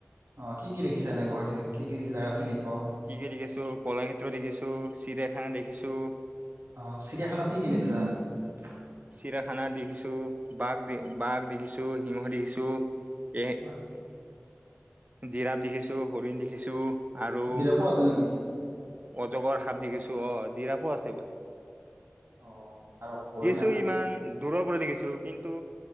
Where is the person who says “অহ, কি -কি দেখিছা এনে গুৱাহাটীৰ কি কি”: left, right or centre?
Right